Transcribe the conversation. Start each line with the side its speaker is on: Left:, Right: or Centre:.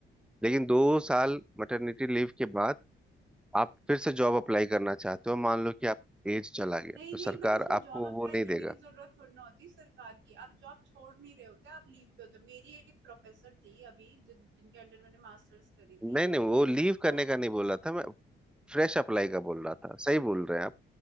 Centre: लेकिन दो साल मैटरनिटी लीव के बाद आप फिर से जॉब अप्लाई करना चाहते हो मान लो कि आप एज चला गया
Right: नहीं
Centre: तो
Right: नहीं
Centre: सरकार
Right: बट उसमें
Centre: आपको
Right: जॉब अप्लाई
Centre: वो नहीं
Right: करने
Centre: देगा
Right: की जरूरत थोड़ी ना होती सरकार की आप जॉब छोड़ नहीं रहे होते आप लीव पे होते हो। मेरी एक प्रोफेसर थी अभी जिस जिनके अंडर मैंने मास्टर्स करी थी
Centre: नहीं नहीं वो लीव
Right: तो
Centre: करने का नहीं बोल रहा था मैं फ्रेश अप्लाई का बोल रहा था सही बोल रहे हैं आप